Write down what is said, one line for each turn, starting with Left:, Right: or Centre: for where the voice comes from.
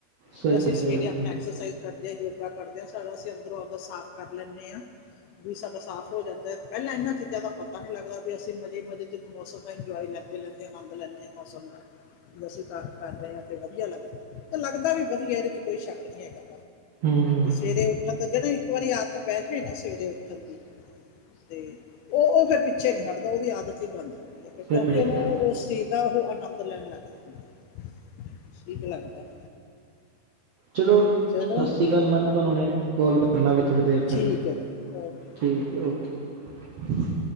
Right: ਸਹੀ
Left: ਵੀ ਅਸੀਂ ਸਵੇਰੇ
Right: ਕਿਹਾ ਬਿਲਕੁਲ
Left: ਆਪਣਾ ਐਕਸਰਸਾਈਜ਼ ਕਰਦੇ ਹਾਂ ਯੋਗਾ ਕਰਦੇ ਹਾਂ ਸਾਡਾ ਅਸੀਂ ਅੰਦਰੋਂ, ਆਪ ਦਾ ਸਾਫ਼ ਕਰ ਲੈਂਣੇ ਆ। ਵੀ ਸਾਡਾ ਸਾਫ਼ ਹੋ ਜਾਂਦਾ ਪਹਿਲਾਂ ਐਨਾਂ ਚੀਜ਼ਾਂ ਦਾ ਪਤਾ ਨੀ ਲੱਗਦਾ ਵੀ ਅਸੀਂ ਮਜ਼ੇ-ਮਜ਼ੇ ਚ ਮੌਸਮ ਦਾ ਇੰਜੋਏ ਲੈਂ ਲੈਂਣੇ ਆ ਆੰਦ ਲੈਂਣੇ ਆ ਮੌਸਮ ਦਾ। ਅਸੀਂ ਕਰ ਰਹੇ ਹਾਂ ਤੇ ਵਧੀਆ ਲੱਗਦਾ ਤੇ ਲੱਗਦਾ ਵੀ ਵਧੀਆ ਏਦੇ ਚ ਕੋਈ ਸ਼ੱਕ ਨਹੀਂ ਹੈਗਾ।
Right: ਹੂੰ
Left: ਸਵੇਰੇ ਉੱਠਣ ਦਾ ਜਿਹੜਾ ਇੱਕ ਵਾਰੀ ਆਦਤ ਪੈ ਜਾਵੇ ਨਾ ਸਵੇਰੇ ਉੱਠਣ ਦੀ ਤੇ ਓ ਓ ਫਿਰ ਪਿੱਛੇ ਨੀ ਹਟਦਾ ਉਹਦੀ ਆਦਤ ਹੀ ਬਣ ਜਾਂਦੀ। ਫਿਰ
Right: ਸਹੀ
Left: ਕਿਉਂਕਿ ਉਹਨੂੰ
Right: ਕਿਹਾ
Left: ਉਸ ਚੀਜ਼ ਦਾ ਓ, ਓ ਆਨੰਦ ਲੈਣ ਲੱਗ ਜਾਂਦਾ ਠੀਕ ਲੱਗਦਾ।
Right: ਚਲੋ
Left: ਚਲੋ।
Right: ਚਲ ਮੈਂ ਨਾ ਤੁਹਾਨੂੰ ਹੁਣੇ ਕਾੱਲ ਕਰਨਾ ਥੋੜੀ ਦੇਰ
Left: ਠੀਕ
Right: ਤੱਕ
Left: ਹੈ ਜੀ ਓਕੇ
Right: ਠੀਕ ਐ ਓਕੇ। <unintelligible>